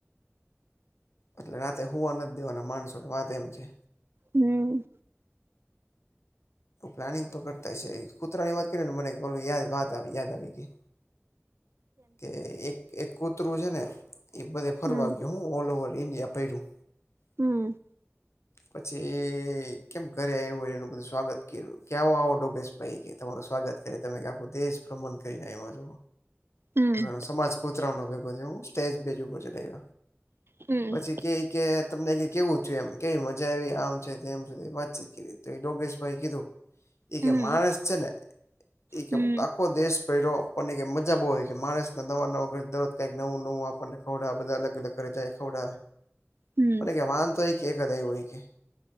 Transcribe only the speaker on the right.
હમ્મ.
હમ
હમ્મ.
હમ
હમ
હમ
હમ
હમ